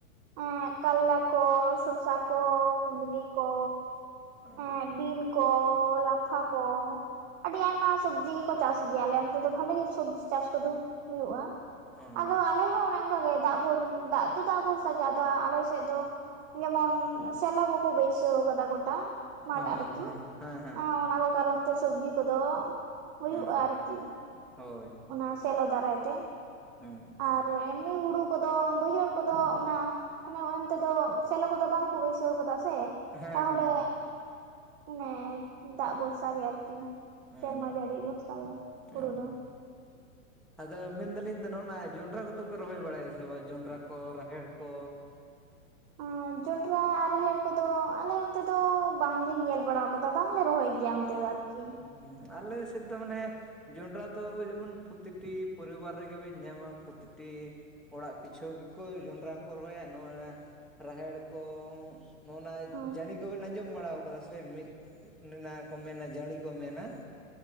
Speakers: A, on the right; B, in the centre.
A: ᱟ ᱠᱟᱞᱞᱟ ᱠᱚ ᱥᱚᱥᱟ ᱠᱚ ᱠᱩᱸᱫᱽᱨᱤ ᱠᱚ᱾
B: ᱦᱩᱸ
A: ᱮᱸ ᱵᱤᱱ ᱠᱚ ᱞᱟᱯᱷᱟ ᱠᱚ ᱟᱹᱰᱤ ᱟᱭᱢᱟ ᱥᱚᱵᱽᱡᱤ ᱜᱮᱠᱚ ᱪᱟᱥ ᱜᱮᱭᱟ ᱟᱞᱮ ᱚᱱᱛᱮ ᱫᱚ ᱵᱷᱟᱞᱤ ᱜᱮ ᱥᱚᱵᱽᱡᱤ ᱪᱟᱥ ᱠᱚᱫᱚ ᱦᱩᱭᱩᱜᱼᱟ᱾
B: <unintelligible>
A: ᱟᱫᱚ ᱟᱞᱮ ᱦᱚᱸ ᱚᱱᱮ ᱚᱱᱠᱟ ᱜᱮ ᱫᱟᱜ ᱵᱚᱱ ᱫᱟᱜ ᱫᱚ ᱫᱟᱜ ᱵᱚᱱ ᱟᱫᱚ ᱟᱞᱮ ᱥᱮᱫ ᱫᱚ ᱡᱮᱢᱚᱱ ᱥᱮᱞᱚ ᱠᱚᱠᱚ ᱵᱟᱹᱭᱥᱟᱹᱣ ᱠᱟᱫᱟ ᱜᱚᱴᱟ᱾ ᱢᱟᱴ
B: ᱚ
A: ᱟᱨᱠᱤ
B: ᱦᱮᱸ ᱦᱮᱸ ᱦᱮᱸ
A: <unintelligible> ᱠᱟᱨᱚᱱ ᱛᱮ ᱥᱚᱵᱽᱡᱤ ᱠᱚᱫᱚ ᱦᱩᱭᱩᱜᱼᱟ
B: ᱦᱮᱸ
A: ᱟᱨᱠᱤ
B: ᱦᱳᱭ
A: ᱚᱱᱟ ᱥᱮᱞᱚ ᱫᱟᱨᱟᱭ ᱛᱮ᱾
B: ᱦᱮᱸ
A: ᱟᱨ ᱮᱢᱱᱤ ᱦᱩᱲᱩ ᱠᱚᱫᱚ ᱵᱟᱹᱭᱦᱟᱹᱲ ᱠᱚᱫᱚ ᱚᱱᱟ ᱚᱱᱮ ᱚᱱ ᱛᱮᱫᱚ ᱥᱮᱞᱚ ᱠᱚᱫᱚ ᱵᱟᱝ ᱠᱚ ᱵᱟᱹᱭᱥᱟᱹᱣ ᱠᱟᱫᱟ ᱥᱮ
B: ᱦᱮᱸ
A: ᱛᱟᱦᱚᱞᱮ
B: ᱦᱮᱸ
A: ᱢᱟᱱᱮ ᱫᱟᱜ ᱵᱷᱚᱨᱥᱟ ᱜᱮ ᱟᱨᱠᱤ᱾
B: ᱦᱮᱸ
A: ᱥᱮᱨᱢᱟ ᱡᱟᱹᱲᱤ ᱵᱷᱚᱨᱥᱟ ᱜᱮ ᱦᱩᱲᱩ
B: ᱦᱮᱸ
A: ᱫᱚ᱾
B: ᱟᱫᱚ ᱢᱮᱱ ᱫᱟᱞᱤᱧ ᱫᱚ ᱱᱚᱜᱼᱱᱟ ᱡᱚᱱᱰᱨᱟ ᱠᱚᱫᱚ ᱯᱮ ᱨᱚᱦᱚᱭ ᱵᱟᱲᱟᱭᱟ ᱥᱮ ᱵᱟᱝ ᱡᱚᱱᱰᱨᱟ ᱠᱚ ᱨᱟᱦᱮᱲ ᱠᱚ?
A: ᱟᱨ ᱡᱚᱱᱰᱨᱟ ᱟᱨ ᱨᱟᱦᱮᱲ ᱠᱚᱫᱚ ᱟᱞᱮ ᱚᱱᱛᱮ ᱫᱚ ᱵᱟᱝᱞᱮᱧ ᱧᱮᱞ ᱵᱟᱲᱟ ᱟᱠᱟᱫᱟ ᱵᱟᱝᱞᱮ ᱨᱚᱦᱚᱭ ᱜᱮᱭᱟ ᱚᱱᱛᱮ ᱫᱚ ᱟᱨᱠᱤ᱾
B: ᱦᱩᱸ ᱦᱩᱸ ᱟᱞᱮ ᱥᱮᱫ ᱢᱟᱱᱮ ᱡᱚᱱᱰᱨᱟ ᱫᱚ ᱡᱮᱢᱚᱱ ᱯᱨᱚᱛᱤᱴᱤ ᱯᱚᱨᱤᱵᱟᱨ ᱨᱮᱜᱮ ᱵᱮᱱ ᱧᱟᱢᱟ ᱯᱨᱚᱛᱤᱴᱤ ᱚᱲᱟᱜ ᱯᱤᱪᱷᱩ ᱜᱮᱠᱚ ᱡᱚᱸᱰᱨᱟ ᱦᱚᱸᱠᱚ ᱨᱚᱦᱚᱭᱟ ᱱᱚᱜᱼᱚᱭ ᱱᱟ ᱨᱟᱦᱮᱲ ᱠᱚ ᱱᱚᱜᱼᱱᱟ
A: ᱚ
B: ᱡᱟᱬᱤ ᱠᱚᱵᱮᱱ ᱟᱸᱡᱚᱢ ᱵᱟᱲᱟ ᱟᱠᱟᱫᱟ ᱥᱮ ᱢᱤᱫ ᱚᱱᱟ ᱠᱚ ᱢᱮᱱᱟ ᱡᱟᱬᱤ ᱠᱚ ᱢᱮᱱᱟ